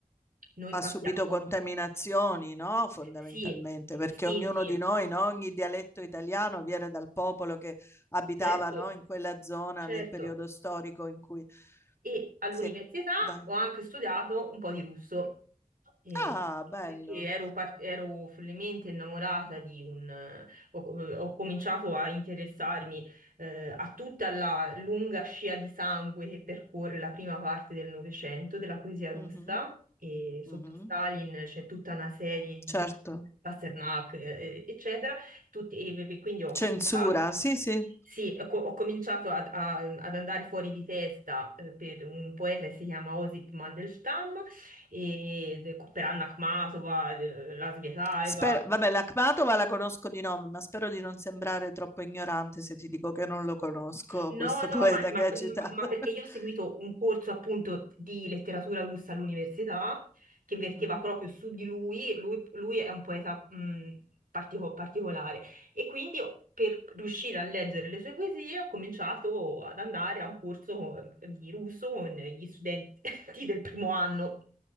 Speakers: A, on the right (about 80°); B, on the left (about 20°).
A: noi
B: Ha
A: partiamo.
B: subito contaminazioni, no? Fondamentalmente,
A: Sì,
B: perché
A: sì,
B: ognuno
A: sì,
B: di noi, no? Ogni dialetto italiano viene dal popolo che abitava,
A: certo,
B: no? In quella zona
A: certo.
B: nel periodo storico in cui
A: e all'università
B: Sì, è- vai.
A: ho anche studiato un po' di russo, eh,
B: Ah, bello.
A: perché ero, par- ero follemente innamorata di un... eh, Ho, ho cominciato a interessarmi eh, a tutta la lunga scia di sangue che percorre la prima parte del Novecento della poesia russa,
B: Mhm,
A: e sotto
B: mhm.
A: Stalin c'è tutta una serie di
B: Certo.
A: Pasternak, eh, eccetera, tutti- e e quindi ho
B: Censura,
A: cominciato...
B: sì, sì.
A: Sì, ho, co- ho cominciato ad, a- ad andare fuori di testa eh, per un poeta che si chiama Osip Mandelstam, e, de- per Anna Akhmatova, eh, la Svetaeva,
B: Spero, vabbè, l'Akhmatova la conosco di nome, ma spero di non sembrare troppo ignorante se ti dico che non lo conosco,
A: No,
B: questo
A: no,
B: poeta
A: ma, ma-
B: che hai citato.
A: ma perché
B: <laughs>
A: io ho seguito un corso appunto di letteratura russa all'università che verteva
B: Mhm.
A: proprio su di lui, lui, lui è un poeta mh, partico- particolare e quindi ho- per riuscire a leggere le sue poesie ho cominciato ad andare a un corso ehm, di russo con gli studenti <laughs> del primo anno